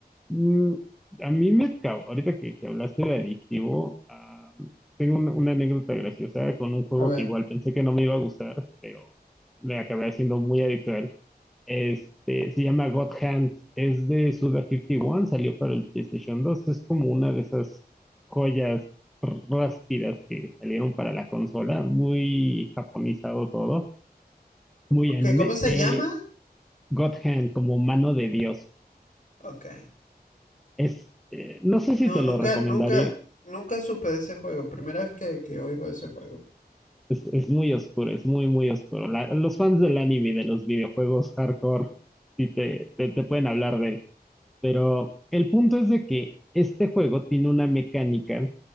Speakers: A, in the centre; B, on the left.
A: Mm, a mí me acabó. Ahorita que, que hablaste de adictivo, ah, tengo un- una anécdota graciosa con un juego
B: A ver.
A: que igual pensé que no me iba a gustar, pero me acabé haciendo muy adicto a él. Este, se llama God Hand, es de Suda 51, salió para el PlayStation dos es como una de esas joyas ráspidas que salieron para la consola, muy japonizado todo, muy
B: Ok,
A: anime.
B: ¿cómo se
A: Eh,
B: llama?
A: God Hand, como mano de Dios,
B: Ok.
A: es, eh, no sé
B: No,
A: si te
B: nunca,
A: lo recomendaría,
B: nunca, nunca supe de ese juego. Primera vez que, que oigo de ese juego.
A: es, es muy oscuro, es muy, muy oscuro. La- los fans del anime, y de los videojuegos hardcore, sí te, te, te pueden hablar de él, pero el punto es de que este juego tiene una mecánica